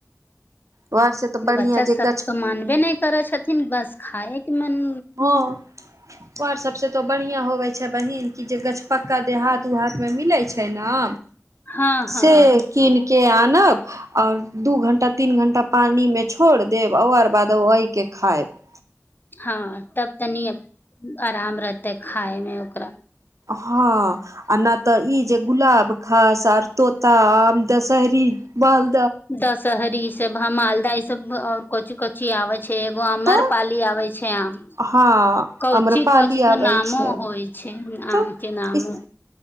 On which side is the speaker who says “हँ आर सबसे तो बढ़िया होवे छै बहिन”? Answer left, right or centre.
Right